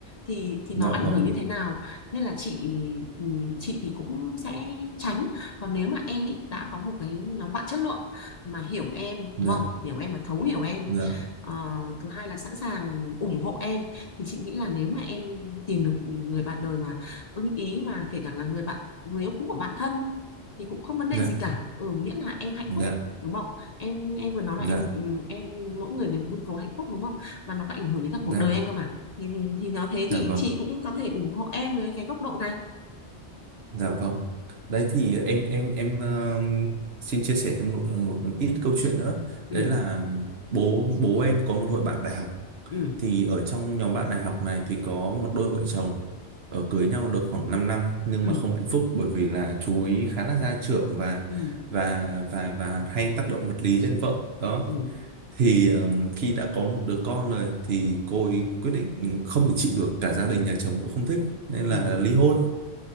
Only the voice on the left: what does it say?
thì thì
nó ảnh
hưởng như thế nào nên là chị ừ, chị thì cũng sẽ tránh còn nếu mà em ý đã có một cái nhóm bạn chất lượng mà hiểu em
đúng không hiểu em và thấu hiểu em
Ờ, thứ hai là sẵn sàng ủng hộ em thì chị nghĩ là nếu mà em tìm được người bạn đời mà ưng ý mà kể cả là người bạn người yêu cũ của bạn thân thì cũng không vấn đề
gì cả ừ miễn là em hạnh
phúc đúng không em em vừa nói là
em được em mỗi người được mưu cầu hạnh phúc đúng không và nó có ảnh hưởng đến cả
cuộc đời em cơ mà thì thì nó thế
thì
chị cũng có thể ủng hộ em với cái góc độ này
ừ
ừ
ừ
ừ
ừ
ừ